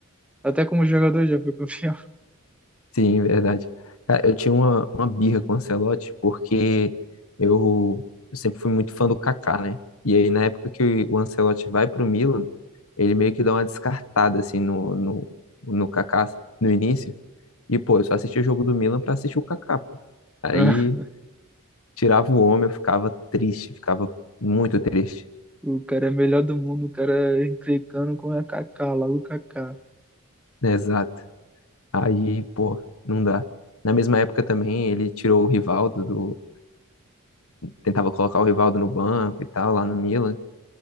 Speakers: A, in the centre; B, on the left (about 75°).
A: Até como jogador já foi campeão.
B: Sim, <laughs> verdade. Cara, eu tinha uma, uma birra com o Ancelotti porque eu, eu sempre fui muito fã do Kaká, né? E aí na época que o Ancelotti vai pro Milan, ele meio que dá uma descartada assim no, no, no Kaká no início. E pô, eu só assistia o jogo do Milan pra assistir o Kaká, pô. Aí
A: <laughs>
B: tirava o homem, eu ficava triste, ficava muito triste.
A: O cara é melhor do mundo, o cara é encrencando com a Kaká, logo Kaká.
B: Exato. Aí, pô, não dá. Na mesma época também, ele tirou o Rivaldo do. Tentava colocar o Rivaldo no banco e tal, lá no Milan.